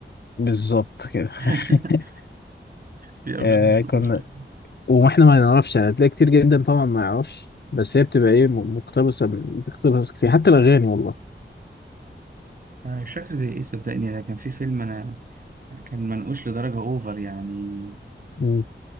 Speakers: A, on the left; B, on the right.
A: بالظبط كده
B: <laughs>
A: <laughs>
B: في
A: آه،
B: أفلام منقوشة
A: كنا واحنا ما نعرفش يعني هتلاقي كتير جدا طبعا ما يعرفش بس هي بتبقى ايه م- مقتبسه من- بتقتبس كتير حتى الاغاني والله
B: أنا مش فاكر زي إيه صدقني أنا كان في فيلم أنا كان منقوش لدرجة أوفر يعني
A: مم.